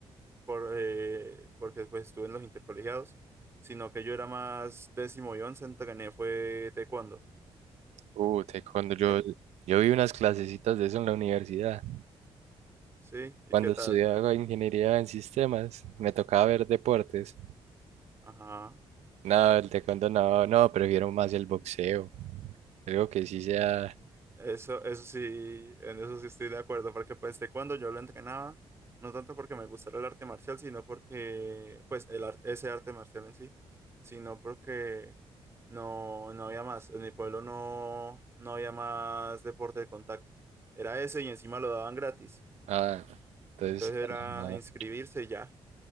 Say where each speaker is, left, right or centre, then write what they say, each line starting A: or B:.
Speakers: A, on the right; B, on the right.
A: por, eh, porque después estuve en los intercolegiados, sino que yo era más décimo y once, entrené fue taekwondo.
B: Uh, te- cuando yo,
A: ¿Qué-
B: yo vi unas clasecitas de eso en la universidad.
A: Sí, ¿y
B: Cuando
A: qué tal?
B: estudiaba ingeniería en sistemas, me tocaba ver deportes.
A: Ajá.
B: No, el taekwondo no, no, prefiero más el boxeo. Algo que sí sea.
A: Eso, eso sí, en eso sí estoy de acuerdo, porque pues de cuando yo lo entrenaba, no tanto porque me gustara el arte marcial, sino porque, pues el ar- ese arte marcial en sí, sino porque no, no había más, en mi pueblo no, no había más deporte de contacto. Era ese y encima lo daban gratis,
B: Ah, entonces,
A: entonces era
B: relajado.
A: inscribirse y ya,